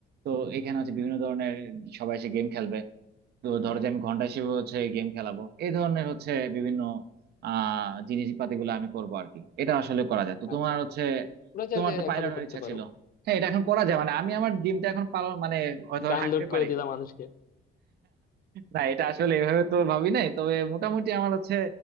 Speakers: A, on the right (about 55°); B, on the left (about 45°).
A: তো এখানে হচ্ছে বিভিন্ন ধরনের সবাই এসে গেম খেলবে তো ধরো যে আমি ঘন্টা হিসেবে হচ্ছে গেম খেলাবো এই ধরনের হচ্ছে বিভিন্ন আহ জিনিসপাতিগুলো আমি করবো আর কি এটা আসলে করা যায় তো তোমার
B: আচ্ছা আচ্ছা
A: হচ্ছে
B: ওটা চাইলে
A: তোমার তো পাইলট
B: এখনই
A: হওয়ার
B: করতে
A: ইচ্ছা
B: পারো
A: ছিল হ্যাঁ এটা এখন করা যায় মানে আমি আমার ড্রিমটা এখন পালন মানে হয়তো
B: গান
A: রাখতে
B: লোড করে
A: পারি
B: দিলাম মানুষকে
A: না এটা আসলে এভাবে তো ভাবি নাই তবে মোটামুটি আমার হচ্ছে